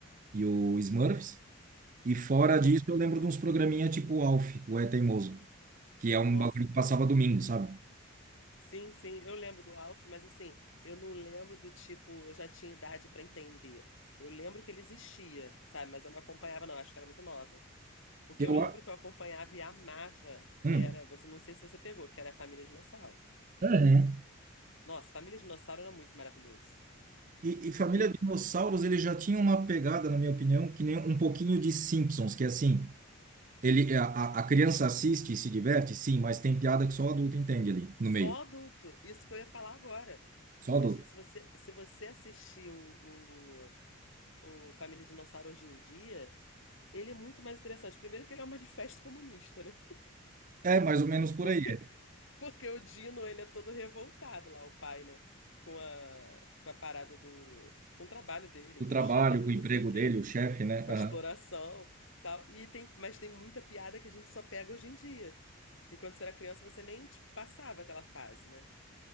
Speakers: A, on the right (about 35°); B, on the left (about 55°).
A: e o Smurfs. E fora disso,
B: ah,
A: eu lembro de uns programinha tipo Alf, o É Teimoso. que é um
B: Nossa,
A: bagulho que passava domingo, sabe?
B: Sim, sim, eu lembro do Alf, mas assim, eu não lembro do tipo, eu já tinha idade para entender. Eu lembro que ele existia, sabe? Mas eu não acompanhava, não, acho que era muito nova. O que
A: Eu,
B: eu lembro
A: a-
B: que eu acompanhava e amava
A: hum.
B: era, você não sei se você pegou, que era a Família Dinossauro.
A: Uhum.
B: Nossa, Família Dinossauro era muito maravilhoso.
A: E, e Família
B: E
A: Dinossauros, ele já tinha uma pegada, na minha opinião, que nem um pouquinho de Simpsons, que é assim, ele, a, a a criança assiste e se diverte, sim, mas tem piada que só o adulto entende ali,
B: só
A: no meio.
B: adulto, isso que eu ia falar agora.
A: Só
B: Hoje,
A: adulto.
B: se você, se você assistir o, o, o Família Dinossauro hoje em dia, ele é muito mais interessante. Primeiro que ele é um manifesto comunista, né?
A: É, mais ou
B: <laughs>
A: menos por
B: Porque
A: aí. é.
B: Porque o Dino, ele é todo revoltado lá, o pai, né? Com a, com a parada do... Com o trabalho dele, com
A: O trabalho,
B: o chefe,
A: o
B: não
A: emprego
B: sei o quê.
A: dele, o chefe, né?
B: Com
A: Aham.
B: a exploração, tal. E tem, mas tem muita piada que a gente só pega hoje em dia. E quando você era criança, você nem, tipo, passava aquela fase, né?